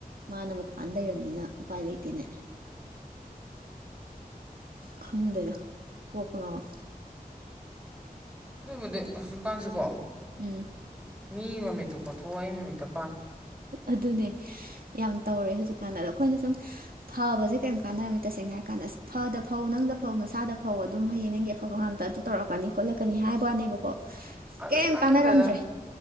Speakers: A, on the right; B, in the centre.
A: ꯃꯥꯅ ꯃꯄꯥꯟ ꯂꯩꯔꯝꯅꯤꯅ ꯎꯄꯥꯏ ꯂꯩꯇꯦꯅꯦ ꯈꯪꯗꯦꯗ ꯀꯣꯛꯀꯥ ꯉꯥꯎꯋꯦ
B: ꯑꯗꯨꯕꯨꯗꯤ ꯍꯧꯖꯤꯛ ꯀꯥꯟꯁꯤꯀꯣ
A: ꯎꯝ
B: ꯃꯤ ꯃꯃꯤꯠꯇꯣ ꯀꯣꯊꯣꯛꯑꯣ ꯑꯩ ꯃꯃꯤꯠꯇꯣ
A: ꯑꯗꯨꯅꯦ ꯌꯥꯝ ꯇꯧꯔꯦ ꯍꯧꯖꯤꯛꯀꯥꯟꯗ ꯑꯗ ꯑꯩꯈꯣꯏꯅ ꯁꯨꯝ ꯐꯕꯁꯦ ꯀꯩꯝ ꯀꯥꯟꯅꯔꯝꯗꯔ꯭ꯦ ꯇꯁꯦꯡꯅ ꯍꯥꯏꯔ ꯀꯥꯟꯗ ꯐꯗ ꯐꯧ ꯅꯪꯗ ꯐꯧ ꯅꯁꯥꯗ ꯐꯧ ꯑꯗꯨꯝ ꯍꯌꯦꯡ ꯅꯪꯒꯤ ꯑꯐꯕ ꯉꯥꯛꯇ ꯑꯗꯨꯝ ꯇꯧꯔꯛꯀꯅꯤ ꯈꯣꯠꯂꯛꯀꯅꯤ ꯍꯥꯏꯕ ꯋꯥꯅꯦꯕꯀꯣ
B: <inaudible>
A: ꯀꯩꯝ
B: ꯀꯥꯟꯅꯗꯦꯗ
A: ꯀꯥꯟꯅꯔꯝꯗ꯭ꯔꯦ